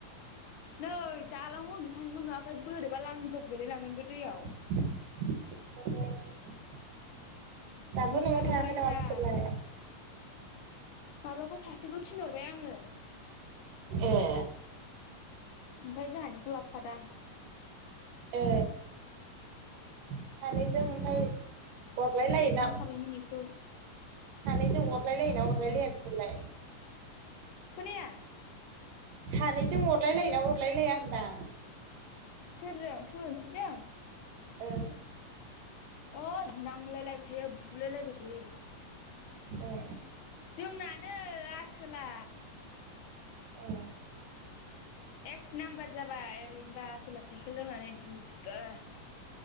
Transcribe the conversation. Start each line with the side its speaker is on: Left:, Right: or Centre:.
Left: नै दालाङाव उन्दुना थानायखौ नुवाखै बोरैबा लांगाब गोलैलांगोनबो दैयाव।
Right: <unintelligible> दाबो
Left: दुस्थ'द्रायथार
Right: नवाव थाङाखै नामा बिसोरलाय?
Left: माबाखौ सासेखौ थिनहरबाय आङो।
Right: ए।
Left: ओमफ्राय जोंहानिखौ लाबोफादां।
Right: ए। सानैजों ओमफ्राय अरलाय लायोना।
Left: हाबायमोन बेखौ।
Right: सानैजों अरलायलायोना अरलायलाया बिसोरलाय
Left: खोनाया।
Right: सानैजों अरलाय लायोना अरलायलाया होनदां।
Left: सोरजों थुलुंसिजों?
Right: ओं।
Left: ओइद नांलायलायबाय थायो बुलायलायबाय थायो।
Right: ए।
Left: जोंनानो आसोला।
Right: ए।
Left: एक नाम्बार जाबाय ओरैनोबा आसोला साइकेल रोंनानै दुगा।